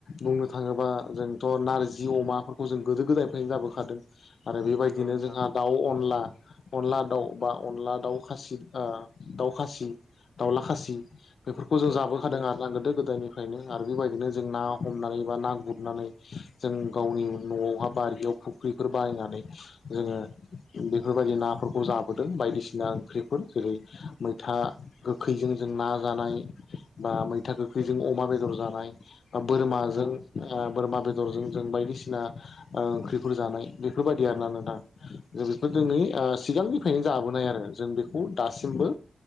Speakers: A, on the left; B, in the centre.
A: बुंनो थाङोबा जोंथ' नारजि अमाफोरखौ जों गोदो गोदायनिफ्रायनो जाबोखादों आरो बेबायदिनो
B: नंगौ नोंथां
A: जोंहा दाउ अनला अनला दाउ बा अनला दाउ खासि दाउ खासि दाउला खासि बेफोरखौ
B: नंगौ
A: जों जाबोखादों
B: नोंथां
A: आरोना गोदो गोदायनि ओमायनो आरो बेबायदिनो जों ना हमनानै बा ना गुरनानै जों गावनि न'आवहा बारियाव फुख्रिफोर बाहायनानै जोङो बेफोरबायदि नाफोरखौ जाबोदों बायदिसिना ओंख्रिफोर जेरै मैथाए गोखैजों जों ना जानाय बा मैथा गोखैजों अमा बेदर जानाय बा बोरमाजों
B: नंगौ नोंथां
A: बोरमा बेदरजों जों बायदिसिना ओंख्रिफोर जानाय बेफोरबायदि आरोना नोंथां जों बेखौ दिोंै सिगांनिफ्रायनो जाबोनाय आरो जों बेखौ दासिमबो